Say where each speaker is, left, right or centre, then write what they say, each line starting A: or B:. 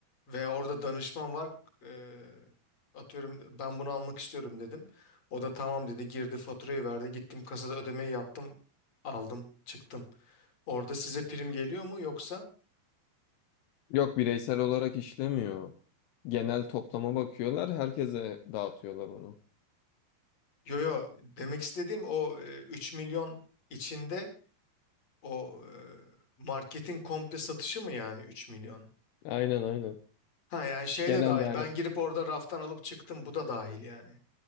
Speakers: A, on the left; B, on the left.
A: ve orada danışman var. Eee, atıyorum ben bunu almak istiyorum dedim. O da tamam dedi, girdi faturayı verdi. Gittim kasada ödemeyi yaptım, aldım, çıktım. Orada size prim geliyor mu yoksa?
B: Yok bireysel olarak işlemiyor. Genel toplama bakıyorlar, herkese dağıtıyorlar onu.
A: Yo yo demek istediğim o e, 3 milyon içinde o e, marketin komple satışı mı yani 3 milyon?
B: Aynen aynen.
A: Ha yani şey
B: Genel
A: de dahil
B: yani
A: ben girip orada raftan alıp çıktım bu da dahil yani.